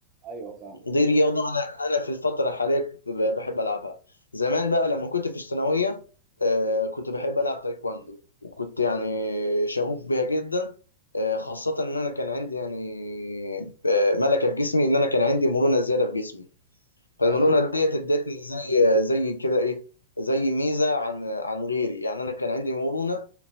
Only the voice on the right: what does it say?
ايوه فاهمك
ايوه